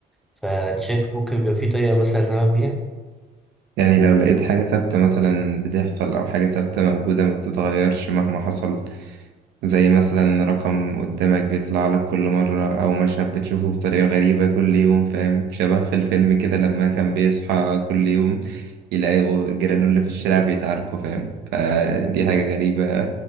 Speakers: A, in the centre; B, on the right (about 80°).
A: فانت شايف ممكن يبقى في طريقة مثلا نعمل بيها
B: يعني لو لقيت حاجة ثابتة مثلا بتحصل أو حاجة ثابتة موجودة ما بتتغيرش مهما حصل زي مثلا رقم قدامك بيطلع لك كل مرة أو مشهد بتشوفه بطريقة غريبة كل يوم فاهم شبه في الفيلم كده لما كان بيصحى كل يوم يلاقوا جيرانه في الشارع بيتعاركوا فاهم فدي حاجة غريبة